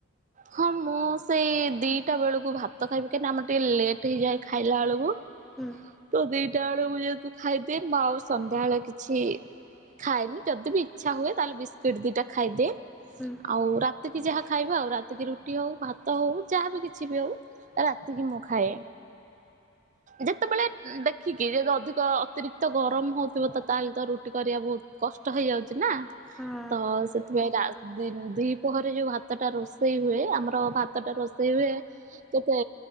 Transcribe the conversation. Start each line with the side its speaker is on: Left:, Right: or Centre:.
Right: ହଁ ମୁଁ ସେଇ ଦିଟା ବେଳକୁ ଭାତ ଖାଇବି, କାହିଁକି ନା ଆମର ଟିକେ ଲେଟ୍ ହେଇଯାଏ ଖାଇଲା ବେଳକୁ।
Centre: ହୁଁ।
Right: ତ ଦିଟା ବେଳକୁ ଜେହେତୁ ଖାଇଦିଏ। ଆଉ ସନ୍ଧ୍ୟା ବେଳେ କିଛି ଖାଏନି ଯଦି ବି ଇଚ୍ଛା ହୁଏ ତାହେଲେ ବିସ୍କୁଟ ଦିଟା ଖାଇଦିଏ।
Centre: ହୁଁ।
Right: ଆଉ ରାତିକି ଯାହା ଖାଇବା ଆଉ, ରାତିକି ରୁଟି ହଉ, ଭାତ ହଉ ଯାହାବି କିଛି ବି ହଉ ହେଲା ରାତି କି ମୁଁ ଖାଏ। ଯେତେବେଳେ ଦେଖିକି ଯଦି ଅଧିକ ଅତିରିକ୍ତ ଗରମ ହଉଥିବ ତ ତାହେଲେ ତ ରୁଟି କରିବା ବହୁତ କଷ୍ଟ ହେଇଯାଉଛି। ନାଁ,
Centre: ହଁ
Right: ତ ସେଥିପାଇଁ ରା ଦି ପହରେ ଯୋଉ ଭାତ ଟା ରୋଷେଇ ହୁଏ ଆମର ଭାତ ଟା ରୋଷେଇ ହୁଏ। କେତେ